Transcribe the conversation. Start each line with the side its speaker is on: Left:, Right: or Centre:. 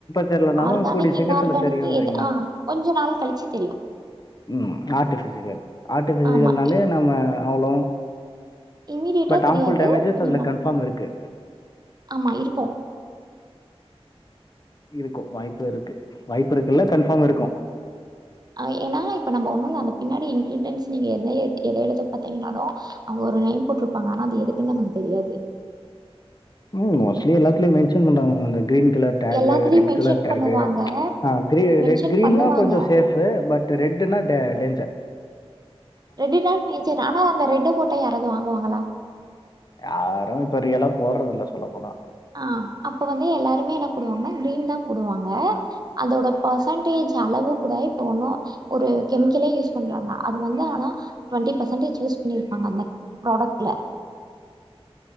Left: தெர்லனாலும்
Right: ஆர்கானிக்
Left: கூடிய சீக்கிரத்துல
Right: இன்ஆர்கானிக்
Left: தெரியுன்றீங்களா?
Right: எது ஆ கொஞ்ச நாள் கழிச்சு தெரியு
Left: ம் ஆர்ட்டிஃபிஷிகல் ஆர்ட்டிஃபிஷிக்கல்னாலே
Right: ஆமா
Left: நம்ம அவ்ளோ
Right: இம்மீடியெட்டா
Left: பட்
Right: தெரியாது
Left: ஹார்ம்ஃபுல் டேமேஜஸ்
Right: கொஞ்ச
Left: அதுல
Right: நாள்
Left: கன்ஃபார்ம் இருக்கு.
Right: ஆமா இருக்கு
Left: இருக்கோ வாய்பு இருக்கு வாய்பு இருக்குல்ல கன்ஃபார்ம் இருக்கு
Right: ஆ ஏனா இப்ப நம்ம ஒண்ணுயில்ல அந்த பின்னாடி இன்கிரிடியன்ட்ஸ் நீங்க எத எத எடுத்து பாத்தீங்கன்னாலு அவுங்க ஒரு நேம் போட்டுருப்பாங்க ஆனா அது எதுக்குன்னு நமக்கு தெரியாது
Left: ம் மோஸ்லி எல்லாதுலையு மென்ஸன் பன்றாங்க இந்த கிரீன் கலர் டேக்கு
Right: எல்லாத்துலயும்
Left: ரெட்
Right: மென்ஷன்
Left: கலர் டேக்கு
Right: பண்ணுவாங்க
Left: ஆ கீரி
Right: மென்ஷன்
Left: ரெட் கிரீனா
Right: பண்ணுவாங்க
Left: கொஞ்ச சேஃப் பு பட் ரெட்டுனா டே டேஞ்ஜர்
Right: ரெட்டுதா நேச்சர் ஆனா அந்த ரெட்டு போட்டா யாராவது வாங்குவாங்களா
Left: யாரு இப்ப ரியெல்லா போட்றதில்ல சொல்ல போனா
Right: ஆ அப்ப வந்து எல்லாருமே என்ன போடுவாங்கன்னா கிரீன் தா போடுவாங்க அதோட பர்சன்டேஜ் அளவு கூட இப்போ ஒன்னு ஒரு கெமிக்கலே யூஸ் பண்றாங்க அது வந்து ஆனா டுவெண்ட்டி பெர்சன்டேஜ் யூஸ் பண்ணிருப்பாங்க அந்த ப்ராடக்ட்ல